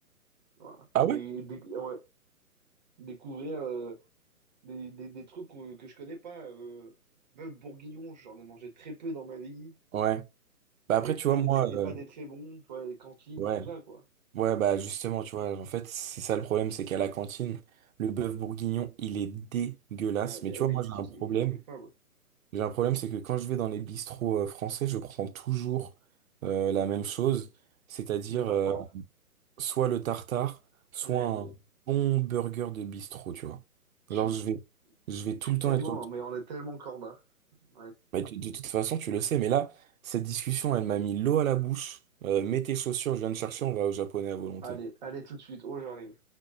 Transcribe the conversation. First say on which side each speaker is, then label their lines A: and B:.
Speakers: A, on the right; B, on the right.
A: Voilà.
B: Ah
A: Et
B: ouais?
A: déc- ouais, découvrir. euh, Des, des, des trucs qu'on- que je connais pas. Euh, bœuf bourguignon, j'en ai mangé très peu dans ma vie.
B: Ouais. Bah après,
A: Et pas
B: tu vois, moi,
A: des, tr- et
B: euh,
A: pas des très bons, tu vois, les cantines,
B: ouais.
A: tout ça, quoi.
B: Ouais, bah justement, tu vois, en fait, c'est ça le problème, c'est qu'à la cantine, le bœuf bourguignon, il est dégueulasse.
A: Ouais, ben
B: Mais tu
A: oui,
B: vois, moi,
A: c'est
B: j'ai un problème.
A: c'est imbouffable.
B: J'ai un problème, c'est que quand je vais dans les bistrots euh, français, je prends toujours euh, la même chose, c'est-à-dire
A: Le tartare,
B: euh, soit le tartare, soit
A: ouais,
B: un
A: bon.
B: bon burger de bistrot, tu vois.
A: Je
B: Alors,
A: suis,
B: je vais, je vais
A: je
B: tout
A: suis
B: le
A: tellement,
B: temps être sur
A: mais on est tellement corda. Ouais.
B: Mais tu- de toute façon, tu le sais, mais là, cette discussion, elle m'a mis l'eau à la bouche. Euh, mets tes chaussures, je viens de chercher, on va au japonais à volonté.
A: Allez, allez tout de suite. Oh, j'arrive.